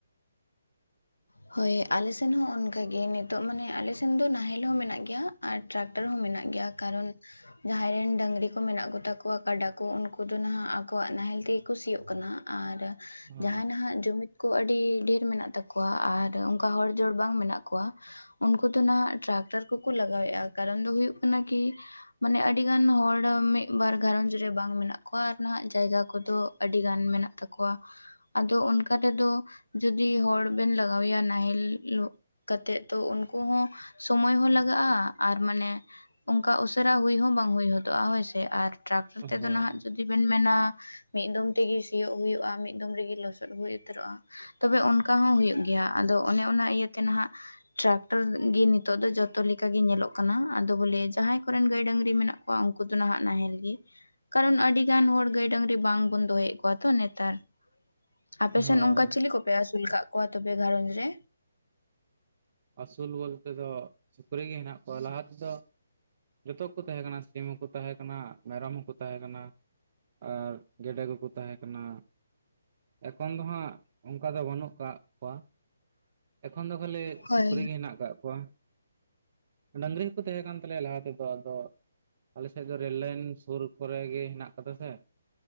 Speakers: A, on the left; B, on the right.
A: ᱦᱳᱭ ᱟᱞᱮ ᱥᱮᱱ ᱦᱚᱸ ᱚᱱᱠᱟ ᱜᱮ ᱱᱤᱛᱚᱜ ᱢᱟᱱᱮ ᱟᱞᱮ ᱥᱮᱱ ᱫᱚ ᱱᱟᱦᱮᱞ ᱦᱚᱸ ᱢᱮᱱᱟᱜ ᱜᱮᱭᱟ ᱾ ᱟᱨ ᱴᱟᱠᱴᱚᱨ ᱦᱚᱸ ᱢᱮᱱᱟᱜ ᱜᱮᱭᱟ, ᱠᱟᱨᱚᱱ ᱡᱟᱦᱟᱸᱭ ᱨᱮᱱ ᱰᱟᱹᱝᱨᱤ ᱠᱚ ᱢᱮᱱᱟᱜ ᱠᱚᱛᱟ ᱠᱚᱣᱟ ᱠᱟᱰᱟ ᱠᱚ ᱩᱱᱠᱩ ᱫᱚ ᱱᱟᱦᱟᱜ ᱟᱠᱚᱣᱟᱜ ᱱᱟᱦᱮᱞ ᱛᱮᱜᱮ ᱠᱩ ᱥᱤᱭᱜ ᱠᱟᱱᱟ᱾ ᱟᱨ
B: ᱦᱳᱭ
A: ᱡᱟᱦᱟᱸᱭ ᱱᱟᱦᱟᱜ ᱡᱩᱢᱤᱫ ᱠᱚ ᱟᱹᱰᱤ ᱰᱷᱮᱨ ᱢᱮᱱᱟᱜ ᱛᱟᱠᱚᱣᱟ ᱟᱨ ᱚᱱᱠᱟ ᱦᱚᱲ ᱡᱚᱲ ᱵᱟᱝ ᱢᱮᱱᱟᱜ ᱠᱚᱣᱟ ᱩᱱᱠᱩ ᱫᱚ ᱱᱟᱜ ᱴᱟᱠ ᱴᱟᱠᱴᱟᱨ ᱠᱚᱠᱚ ᱞᱟᱜᱟᱣᱮᱟ ᱠᱟᱨᱚᱱ ᱫᱚ ᱦᱩᱭᱩᱜ ᱠᱟᱱᱟ ᱠᱤ ᱢᱟᱱᱮ ᱟᱹᱰᱤᱜᱟᱱ ᱦᱚᱲ ᱢᱤᱫᱵᱟᱨ ᱜᱷᱟᱨᱚᱸᱡᱽ ᱨᱮ ᱵᱟᱝ ᱢᱮᱱᱟᱜ ᱠᱚᱣᱟ, ᱟᱨ ᱱᱟᱦᱟᱜ ᱡᱟᱭᱜᱟ ᱠᱚᱫᱚ ᱟᱹᱰᱤ ᱜᱟᱱ ᱢᱮᱱᱟᱜ ᱛᱟᱠᱚᱣᱟ ᱟᱫᱚ ᱚᱱᱠᱟ ᱛᱮᱫᱚ ᱡᱩᱫᱤ ᱦᱚᱲ ᱵᱮᱱ ᱞᱟᱜ ᱞᱟᱜᱟᱣ ᱮᱭᱟ ᱱᱟᱦᱮᱞ ᱠᱟᱛᱮᱫ ᱛᱚ ᱩᱱᱠᱩ ᱦᱚᱸ ᱥᱚᱢᱚᱭ ᱦᱚᱸ ᱞᱟᱜᱟᱜᱼᱟ, ᱟᱨ ᱢᱟᱱᱮ ᱚᱱᱠᱟ ᱩᱥᱟᱹᱨᱟ ᱦᱩᱭ ᱦᱚᱸ ᱵᱟᱝ ᱦᱩᱭ ᱦᱚᱫᱚᱜᱼᱟ ᱦᱳᱭᱥ ᱟᱨ ᱴᱟᱠᱴᱟᱨ
B: ᱦᱳᱭ
A: ᱛᱮᱫᱚ ᱱᱟᱦᱟᱜ ᱡᱤ ᱡᱩᱫᱤ ᱵᱮᱱ ᱢᱮᱱᱟ ᱢᱤᱫ ᱫᱚᱢ ᱛᱮᱜᱮ ᱥᱤᱭᱳᱜ ᱦᱩᱭᱩᱜᱼᱟ ᱢᱤᱫ ᱫᱚᱢ ᱨᱮᱜᱮ ᱞᱚᱥᱚᱫ ᱦᱩᱭ ᱩᱛᱟᱹᱨᱚᱜᱼᱟ ᱾ ᱛᱚᱵᱮ ᱚᱱᱠᱟ ᱦᱚᱸ ᱦᱩᱭᱩᱜ ᱜᱮᱭᱟ ᱟᱫᱚ ᱚᱱᱮ ᱚᱱᱟ ᱤᱭᱟᱹᱛᱮ ᱱᱟᱦᱟᱜ ᱴᱟᱠᱴᱟᱨ ᱜᱮ ᱱᱤᱛᱚᱜ ᱫᱚ ᱡᱚᱛᱚ ᱞᱮᱠᱟ ᱜᱮ ᱧᱮᱞᱚᱜ ᱠᱟᱱᱟ ᱟᱫᱚ ᱵᱚᱞᱮ ᱡᱟᱦᱟᱸᱭ ᱠᱚᱨᱮᱱ ᱜᱟᱹᱭ ᱰᱟᱝᱨᱤ ᱢᱮᱱᱟᱜ ᱠᱚᱣᱟ ᱩᱱᱠᱩ ᱫᱚ ᱱᱟᱦᱟᱜ ᱱᱟᱦᱮᱞ ᱜᱮ᱾ ᱠᱟᱨᱚᱱ ᱟᱹᱰᱤ ᱜᱟᱱ ᱦᱚᱲ ᱜᱟᱹᱭ ᱰᱟᱹᱝᱨᱤ ᱵᱟᱝ ᱵᱚᱱ ᱫᱚᱦᱚᱭᱮᱫ ᱠᱚᱣᱟ ᱛᱚ ᱱᱮᱛᱟᱨ᱾ ᱟᱯᱮ
B: ᱦᱳᱭ
A: ᱥᱮᱱ ᱚᱱᱠᱟ ᱪᱤᱞᱤ ᱠᱚᱯᱮ ᱟᱹᱥᱩᱞ ᱟᱠᱟᱫ ᱠᱚᱣᱟ ᱛᱚᱵᱮ ᱜᱷᱟᱨᱚᱡᱽ ᱨᱮ?
B: ᱟᱹᱥᱩᱞ ᱵᱚᱞᱛᱮ ᱫᱚ ᱥᱩᱠᱨᱤ ᱜᱮ ᱦᱮᱱᱟᱜ ᱠᱚᱣᱟ ᱞᱟᱦᱟ ᱛᱮᱫᱚ ᱡᱚᱛᱚ ᱜᱮᱠᱚ ᱛᱟᱦᱮᱸ ᱠᱟᱱᱟ ᱥᱤᱢ ᱦᱚᱸᱠᱚ ᱛᱟᱦᱮᱸ ᱠᱟᱱᱟ ᱢᱮᱨᱚᱢ ᱦᱚᱸᱠᱚ ᱛᱟᱦᱮᱸ ᱠᱟᱱᱟ, ᱟᱨ ᱜᱮᱰᱮ ᱠᱚᱠᱚ ᱛᱟᱦᱮᱸ ᱠᱟᱱᱟ ᱮᱠᱷᱚᱱ ᱫᱚ ᱦᱟᱸᱜ ᱚᱱᱠᱟ ᱫᱚ ᱵᱟᱹᱱᱩᱜ ᱠᱟᱜ ᱠᱚᱣᱟ᱾ ᱮᱠᱷᱚᱱ ᱫᱚ ᱠᱷᱟᱹᱞᱤ
A: ᱦᱳᱭ
B: <unintelligible> ᱠᱚᱣᱟ ᱰᱟᱹᱟᱝᱨᱤ ᱦᱚᱸᱠᱚ ᱛᱟᱦᱮᱸ ᱠᱟᱱ ᱛᱟᱞᱮᱭᱟ ᱞᱟᱦᱟ ᱛᱮᱫᱚ, ᱟᱫᱚ ᱟᱞᱮ ᱥᱮᱫ ᱫᱚ ᱨᱮᱞ ᱞᱟᱭᱤᱱ ᱥᱩᱨ ᱠᱚᱨᱮ ᱜᱮ ᱦᱮᱱᱟᱜ ᱟᱠᱟᱫᱟ ᱥᱮ-